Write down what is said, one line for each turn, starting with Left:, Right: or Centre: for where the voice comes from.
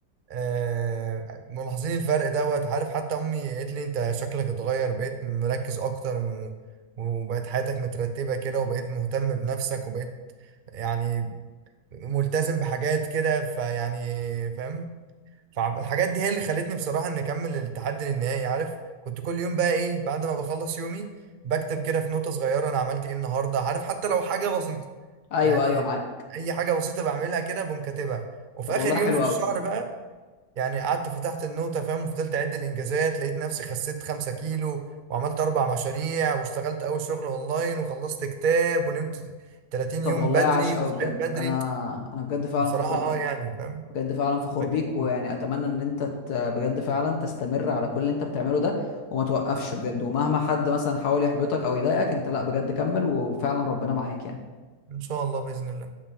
Right: آه... ملاحظين الفرق دوت عارف حتى أمي قالت لي أنت شكلك اتغير بقيت مركز أكتر و... وبقت حياتك مترتبة كده وبقيت مهتم بنفسك وبقيت يعني ملتزم بحاجات كده فيعني فاهم فالحاجات دي هي اللي خلتني بصراحة إن أكمل التحدي للنهائي عارف كنت كل يوم بقى إيه بعد ما بخلص يومي بكتب كده في نوتة صغيرة أنا عملت إيه النهاردة عارف حتى لو حاجة بسيطة
Left: ايوه
Right: يعني
Left: ايوه معاه
Right: أي حاجة بسيطة بعملها كده بقوم كاتبها وفي
Left: طب والله
Right: آخر يوم
Left: حلو
Right: في الشهر
Left: قوي
Right: بقى يعني قعدت فتحت النوتة فاهم وفضلت أعد الإنجازات لقيت نفسي خسيت خمسة كيلو وعملت أربع مشاريع واشتغلت أول شغل أونلاين وخلصت كتاب ونمت 30
Left: طب
Right: يوم
Left: والله
Right: بدري
Left: عاش قوي
Right: وصحيت
Left: بجد
Right: بدري
Left: انا انا بجد فعلا
Right: بصراحة
Left: فخور بيك
Right: أه يعني فاهم
Left: بجد فعلا فخور
Right: لكن
Left: بيك ويعني اتمنى ان انت ت- بجد فعلا تستمر على كل اللي انت بتعمله ده وما توقفش بجد ومهما حد مثلا حاول يحبطك او يضايقك انت لا بجد كمل وفعلا ربنا معاك يعني
Right: إن شاء الله بإذن الله